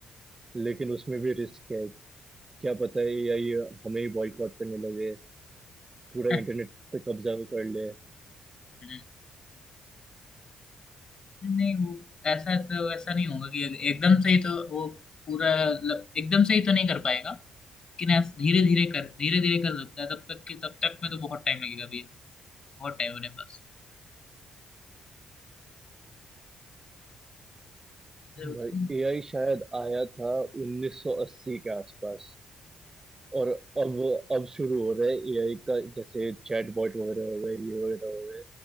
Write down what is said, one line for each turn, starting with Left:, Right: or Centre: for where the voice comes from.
Right: लेकिन उसमें भी रिस्क है क्या पता है एआई हमें ही बॉयकॉट करने लगे पूरा
Left: हम्म,
Right: इंटरनेट पे कब्जा कर ले
Left: <laughs> नहीं वो ऐसा तो ऐसा नहीं होगा कि एक- एकदम से ही तो वो पूरा ल- एकदम से ही तो नहीं कर पाएगा लेकिन ऐसा धीरे धीरे कर धीरे धीरे कर सकता है तब तक कि तब तक में तो बहुत टाइम लगेगा अभी बहुत टाइम होने पास हम्म
Right: भाई एआई शायद आया था 1980 के आसपास और अब अब शुरू हो रहा है एआई का जैसे चैटबॉट वगैरह हो गए ये वगैरह हो गए